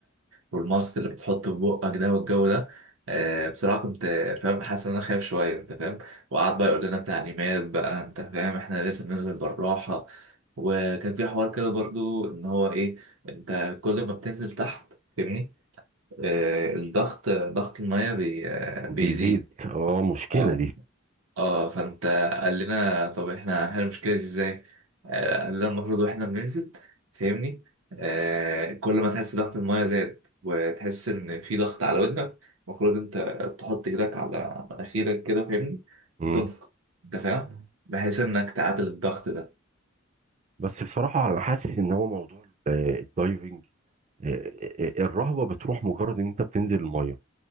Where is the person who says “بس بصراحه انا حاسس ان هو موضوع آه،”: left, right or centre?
Right